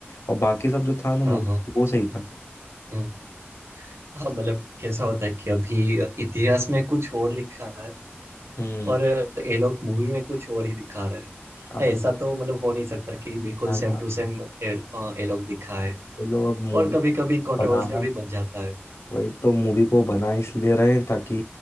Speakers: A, on the left; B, on the right.
A: और बाकी सब जो था ना मूवी
B: हाँ हाँ
A: वो सही था
B: हम्म, हाँ मतलब कैसा होता है कि अभी इतिहास में कुछ और लिखा है
A: हम्म
B: और ये लोग मूवी में कुछ और ही दिखा रहे हैं
A: अब
B: हाँ, ऐसा
A: वो
B: तो मतलब हो नहीं सकता कि बिल्कुल
A: बनाना-
B: सेम टू सेम ये अ, ये लोग दिखाए
A: वो लोग अब मूवी
B: और कभी कभी कंट्रोवर्सियल
A: बनाना
B: भी बन जाता है
A: वही तो मूवी को बना इसलिए रहे हैं ताकि